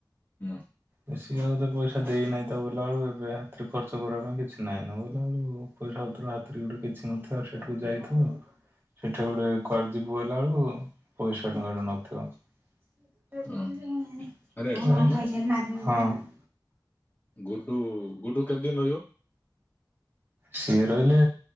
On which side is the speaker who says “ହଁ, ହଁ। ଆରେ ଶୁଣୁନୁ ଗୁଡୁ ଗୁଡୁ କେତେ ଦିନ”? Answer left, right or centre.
Left